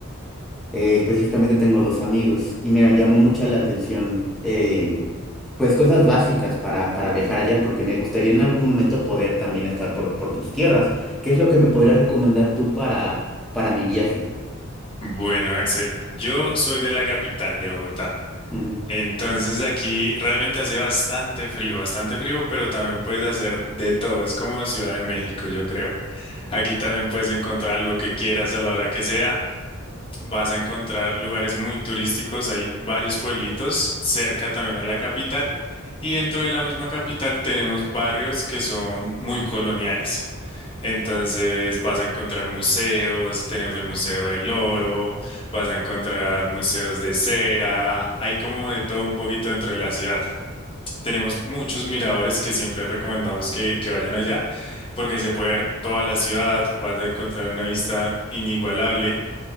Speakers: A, in the centre; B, on the left.
A: Eh, específicamente tengo dos amigos y me llamó mucha la atención, eh, pues cosas básicas para, para viajar allá, porque me gustaría en algún momento poder también estar por, por tus tierras. ¿Qué es lo que me podrías recomendar tú para, para mi viaje?
B: Bueno, Axel, yo soy de la capital de Bogotá.
A: Ujú.
B: Entonces aquí realmente hace bastante frío, bastante frío, pero también puedes hacer de todo. Es como Ciudad de México, yo creo. Aquí también puedes encontrar lo que quieras a la hora que sea. Vas a encontrar lugares muy turísticos, hay varios pueblitos cerca también a la capital y dentro de la misma capital tenemos barrios que son muy coloniales. Entonces vas a encontrar museos, tenemos el Museo del Oro, vas a encontrar museos de cera, hay como de todo un poquito dentro de la ciudad. Tenemos muchos miradores que siempre recomendamos que, que vayan allá porque se puede ver toda la ciudad, vas a encontrar una vista inigualable.